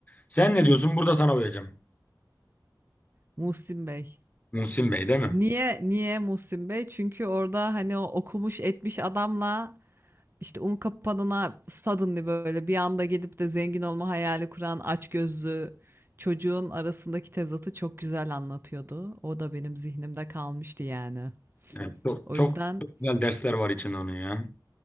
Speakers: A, on the left (about 20°); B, on the right (about 30°).
A: Sen ne diyorsun? Burada sana uyacağım.
B: Muhsin Bey.
A: Muhsin Bey değil mi?
B: Niye niye Muhsin Bey? Çünkü orada hani o okumuş etmiş adamla İşte un kapanına suddenly böyle bir anda gidip de zengin olma hayali kuran açgözlü çocuğun arasındaki tezatı çok güzel anlatıyordu. O da benim zihnimde kalmıştı yani.
A: Evet, çok,
B: O
A: çok
B: yüzden
A: güzel dersler var içinde onun ya.